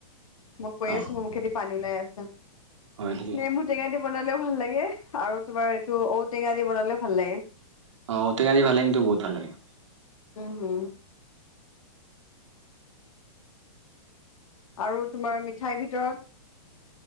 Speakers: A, on the left; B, on the right.
A: মই কৈ
B: অ
A: আছোঁ মোৰ মুখেদি পানী ওলাই আছে
B: হয় নেকি
A: নেমু টেঙা দি বনালে। ও ভাল লাগে আৰু তোমাৰ এইটো ঔটেঙা দি বনালেও ভাল লাগে।
B: <unintelligible> বহুত ভাল লাগে
A: উম আৰু তোমাৰ মিঠাইৰ ভিতৰত